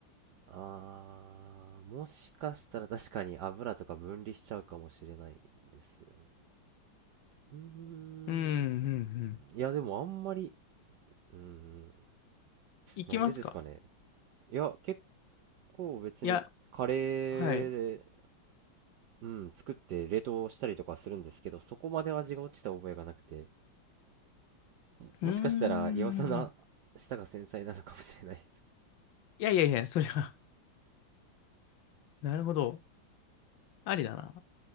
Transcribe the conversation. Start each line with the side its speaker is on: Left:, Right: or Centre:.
Right: あーもしかしたら確かに油とか分離しちゃうかもしれないですよねうーん
Left: うん、うん、うん。
Right: いやでもあんまりうーん
Left: いきますか
Right: なんでですかねいや結構別にカレーで、
Left: いや、はい。
Right: うん、作って冷凍したりとかするんですけど、そこまで味が落ちた覚えがなくて、も、もしかしたら岩佐な舌が繊細なのかもしれない。
Left: うーん。いやいやいや、それは <laughs> なるほど。ありだな。